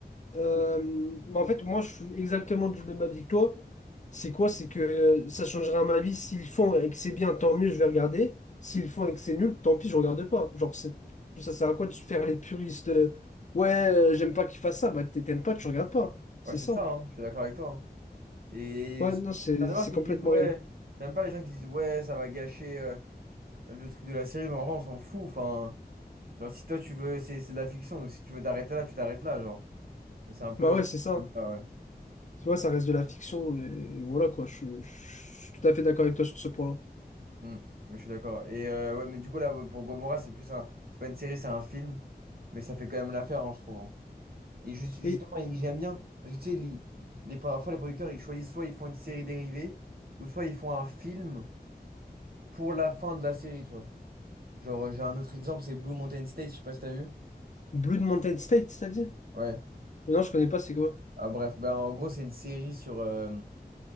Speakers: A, on the left; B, on the right.
A: Euh, mais en fait, moi, je suis exactement du même avis que toi. C'est quoi? C'est que euh, ça changera ma vie. S'ils font et que c'est bien, tant mieux, je vais regarder. S'ils font et que c'est nul, tant pis, je regarde pas. Genre, c'est, ça sert à quoi de se faire les puristes? euh, ouais, euh, j'aime pas qu'ils fassent ça. Bah, t- t'aimes pas, tu regardes pas. C'est
B: Ouais, c'est
A: simple.
B: ça, hein, je suis d'accord avec toi. hein. Et
A: Ouais, non, c'est
B: j'en ai marre
A: c'est
B: qui
A: complètement
B: disent, ouais,
A: réel.
B: j'aime pas les gens qui disent, ouais, ça va gâcher euh, le truc de la série, mais en vrai, on s'en fout, enfin... Genre, si toi, tu veux... C'est c'est de la fiction, donc si tu veux t'arrêter là, tu t'arrêtes là, genre. Et c'est un peu.
A: Bah ouais, c'est ça.
B: c'est
A: hein.
B: un peu ça, ouais.
A: Tu
B: Donc,
A: vois,
B: ouais.
A: ça reste de la fiction. Et, et voilà, quoi. Je, suis je suis tout à fait d'accord avec toi sur ce point-là.
B: Hmm. Moi, je suis d'accord. Et euh, ouais, mais du coup, là, ouais, pour Gomorrah, c'est plus un. C'est pas une série, c'est un film. Mais ça fait quand même l'affaire, hein, je trouve. hein. Et ju- justement,
A: Et
B: il- j'aime bien. Parce que tu sais, les, les- parfois, les producteurs, ils choisissent soit ils font une série dérivée, ou soit ils font un film pour la fin de la série, tu vois. Genre, euh, j'ai un autre exemple, c'est Blue Mountain State, je sais pas si t'as vu.
A: Blue Mountain State, c'est-à-dire?
B: Ouais.
A: Non, je connais pas, c'est quoi?
B: Ah, bref, ben, en gros, c'est une série sur, euh,